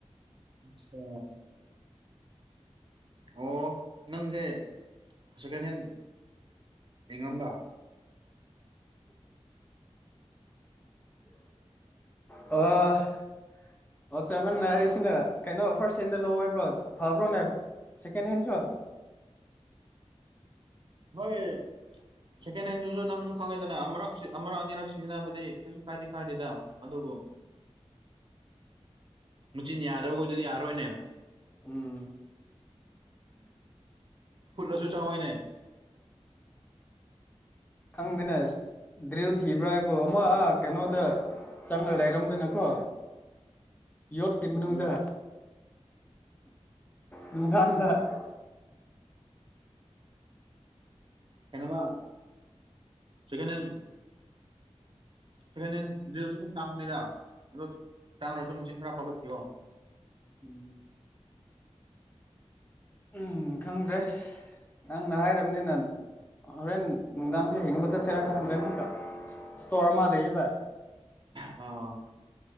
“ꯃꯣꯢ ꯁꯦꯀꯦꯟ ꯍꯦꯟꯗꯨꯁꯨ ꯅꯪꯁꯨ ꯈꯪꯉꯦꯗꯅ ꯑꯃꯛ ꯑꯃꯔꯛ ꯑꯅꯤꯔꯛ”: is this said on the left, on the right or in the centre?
Right